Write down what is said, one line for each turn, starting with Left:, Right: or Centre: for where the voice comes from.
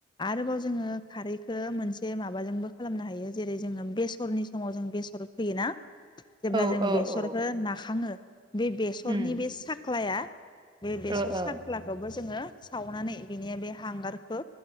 Left: आरोबाव जोङो खारैखौ खो मोनसे माबाजोंबो खालामनो हायो जेरै जोङो बेसरनि समाव जों बेसर फैयोना जेब्ला
Right: औ
Left: जोङो
Right: औ
Left: बेसरखौ
Right: औ
Left: नाखाङो बे बेसरनि
Right: उम
Left: बे साख्लाया बे बेसर
Right: ओ
Left: साख्लाखौबो
Right: ओ
Left: जोङो सावनानै बिनि बे हांगार खो